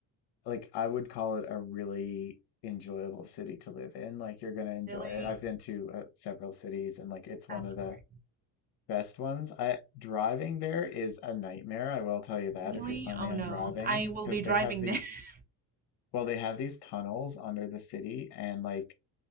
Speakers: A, on the left; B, on the right.
A: like I would call it a really enjoyable city to live in. Like you're gonna enjoy
B: Really?
A: it. I've been to uh, several cities and like it's one
B: That's
A: of
B: great.
A: the best ones. I driving there is a nightmare, I will tell you that
B: Really?
A: if you're planning
B: Oh no.
A: on driving,
B: I will
A: because
B: be driving
A: they have these
B: there. <laughs>
A: well, they have these tunnels under the city and like